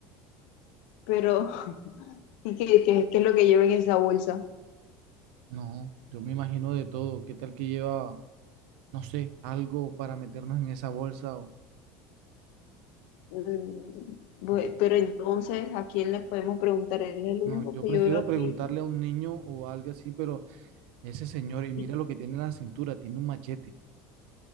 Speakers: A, on the left (about 70°); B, on the right (about 75°).
A: Pero, ¿y qué, qué- qué es lo que lleva en esa bolsa?
B: No, yo me imagino de todo. ¿Qué tal que lleva, no sé, algo para meternos en esa bolsa? O...
A: Mm, bue-
B: No,
A: pero entonces, ¿a quién le podemos preguntar? Él es el único
B: no, yo
A: que
B: prefiero
A: yo veo así.
B: preguntarle a un niño o algo así, pero ese señor, y
A: ¿Y,
B: mira lo que tiene en la cintura, tiene un machete.